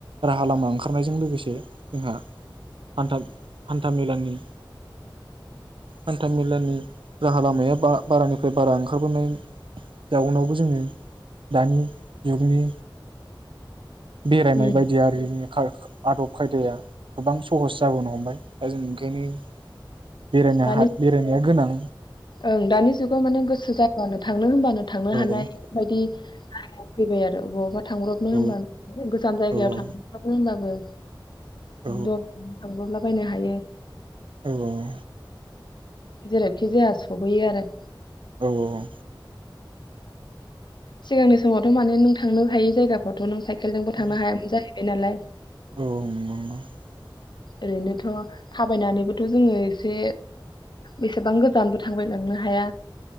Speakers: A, on the right; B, on the left.
A: राहा लामा ओंखारनायजों लोगोसे जोंहा हान्था हान्था मेलानि हान्थामेलानि राहा लामाया बा बारानिफ्राय बारा ओंखारबोनाय जाउनावबो जोङो दानि जुगनि बेरायनाय
B: उम
A: बायदि आरिनि खार आदब खायदाया गोबां सहस जाबोनो हमबाय दा जों ओंखायनो बेरायनो
B: दानि
A: हा बेरायनाया गोनां
B: ओं दानि जुगाव माने गोसो जाब्लानो थांनो होनब्लानो थांनो
A: औ
B: हानाय
A: औ
B: बेबायदि लामायाव फैबाय आरो अबावबा थांब्रबनो
A: औ
B: होनबा गोजान जायगायाव
A: औ
B: थांब्रबनो होनबाबो
A: औ
B: द थांब्रबना दावबायनो हायो
A: औ औ औ
B: जेरावखि जाया सहैयो आरो
A: औ औ औ
B: सिगांनि समावथ' माने नों थांनो हायो जायगाफ्रावथ' नों साइ केलजोंबो
A: औ
B: थांनो हायामोन <unintelligible> बिनालाय
A: औ नंगौ नंगौ
B: ओरैनोथ' थाबायनानैबोथ' जोङो एसे बेसेबां गोजानबो थांबाय लांनो हाया